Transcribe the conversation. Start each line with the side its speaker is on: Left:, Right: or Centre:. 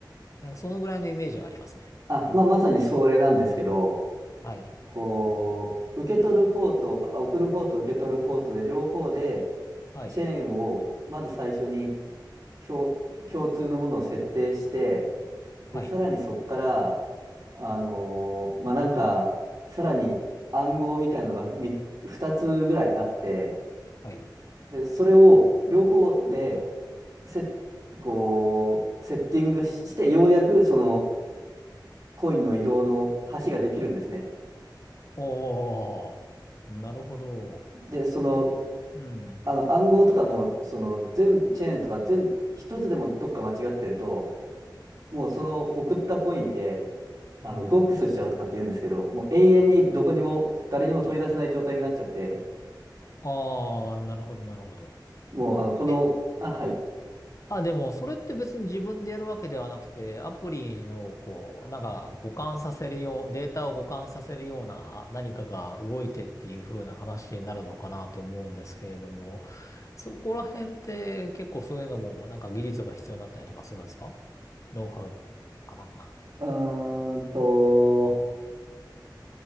Left: なんかそのぐらいのイメージはありますね。
Right: あ、まあ、まさにそれなんですけど、
Left: はい。
Right: こう、受け取る方と、あ送る方と受け取る方とで、両方で、
Left: はい。
Right: チェーンをまず最初に共、共通のものを設定して、で、
Left: はい。
Right: さらにそこから、あのーまあ、なんか、さらに暗号みたいのがみ2つぐらいあって、
Left: はい。
Right: で、それを両方でセ、こう、セッティングしして、ようやくそのコインの移動の橋ができるんですね。
Left: おー。なるほど。
Right: で、その、
Left: え、うん。
Right: あの暗号とかも、その全、チェーンとか全、一つでもどっか間違ってると、もうその送ったコインってあの、
Left: うん。
Right: ゴックスしちゃうとかって言うんですけど、もう永遠にどこにも、誰にも取り出せない状態になっちゃって、
Left: ああ、なるほど、なるほど。
Right: もう、あの、この、
Left: え
Right: あ、はい。
Left: あ、でも、それって別に自分でやるわけではなくて、アプリの、こう、なんか、互換させるよう、データを互換させるような何かが動いてっていう風な話になるのかなと思うんですけれども、そこら辺って結構そういうのも、なんか技術が必要になったりとかするんですかノウハウかな
Right: うーんと、